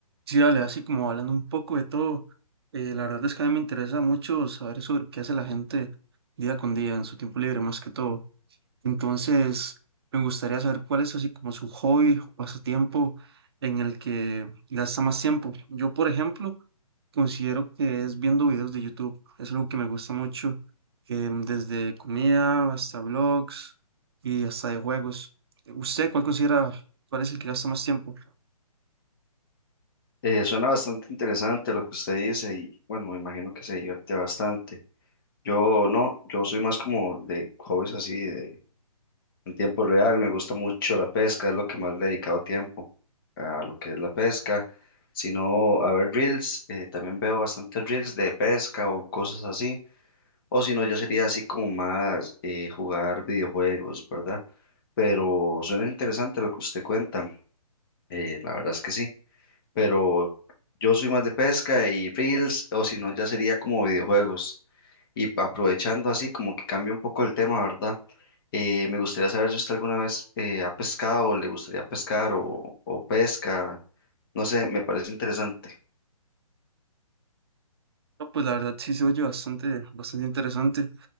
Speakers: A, on the right; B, on the left.
A: Sí, dale, así como hablando un poco de todo, eh, la verdad es que a mí me interesa mucho saber sobre qué hace la gente día con día en su tiempo libre, más que todo. Entonces, me gustaría saber cuál es así como su hobby o pasatiempo en el que gasta más tiempo. Yo, por ejemplo, considero que es viendo videos de YouTube. Es algo que me gusta mucho, em, desde comida hasta vlogs y hasta de juegos. ¿Usted cuál considera, cuál es el que gasta más tiempo?
B: Eh, suena bastante interesante lo que usted dice y bueno, me imagino que se divierte bastante. Yo no, yo soy más como de hobbies así, de, en tiempo real, me gusta mucho la pesca, es lo que más le he dedicado tiempo a lo que es la pesca, sino a ver reels, eh, también veo bastantes reels de pesca o cosas así, o si no, yo sería así como más eh, jugar videojuegos, ¿verdad? Pero suena interesante lo que usted cuenta, eh, la verdad es que sí pero yo soy más de pesca y reels, o si no, ya sería como videojuegos. Y pa- aprovechando así, como que cambia un poco el tema, ¿verdad? Eh, me gustaría saber si usted alguna vez eh, ha pescado, le gustaría pescar o, o pesca, no sé, me parece interesante.
A: No, pues la verdad sí se oye bastante, bastante interesante